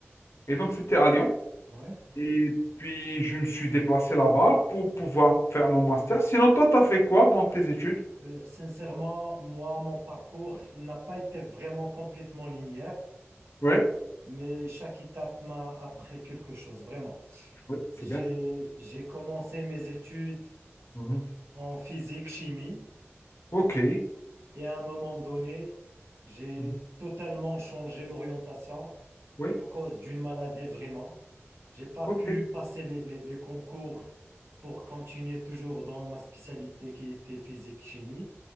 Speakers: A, on the left (about 65°); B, on the right (about 70°).
A: Et donc, c'était à Lyon.
B: Ah ouais?
A: Et puis, je me suis déplacé là-bas pour pouvoir faire mon master. Sinon, toi, tu as fait quoi dans tes études?
B: Euh, sincèrement, moi, mon parcours, il n'a pas été vraiment complètement linéaire,
A: Ouais.
B: mais chaque étape m'a appris quelque chose, vraiment.
A: ouais c'est
B: J'ai,
A: bien.
B: j'ai commencé mes études
A: Mhm.
B: en physique-chimie.
A: Ok.
B: Et à un moment donné, j'ai
A: Mhm.
B: totalement changé l'orientation
A: Oui.
B: à cause d'une maladie vraiment. J'ai pas
A: Ok.
B: pu passer les, les- les concours pour continuer toujours dans ma spécialité qui était physique-chimie.